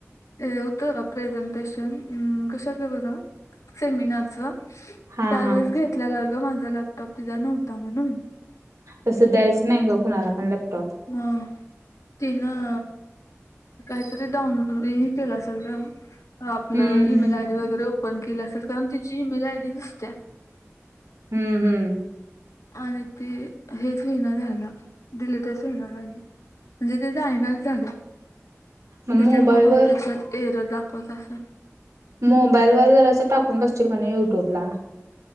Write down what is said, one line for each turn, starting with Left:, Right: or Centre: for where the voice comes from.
Left: ते होतं प्रेझेंटेशन अं कशाच बरं? सेमिनारच
Right: हा
Left: त्यावेळेस
Right: हा
Left: घेतलेला ग माझा लॅपटॉप तिचा नव्हता म्हणून.
Right: तसं द्यायचं नाही ग कुणाला पण लॅपटॉप.
Left: म तिनं काही तरी डाऊन हे केलं असलं ग. आपलं
Right: हम्म
Left: ईमेल आयडी वगैरे ओपन केलं असेल कारण तिची ईमेल आयडी दिसतेया.
Right: हम्म हम्म.
Left: आणि ते हेच होईना झालं डिलिटच <unintelligible> म्हणजे ते जायनाच झाल.
Right: मग
Left: त्याच्यामुळे
Right: मोबाईलवर
Left: बहुतेक एरर दाखवत असन.
Right: मोबाईल वर जरा स टाकून बघशील का नाही युट्यूब ला.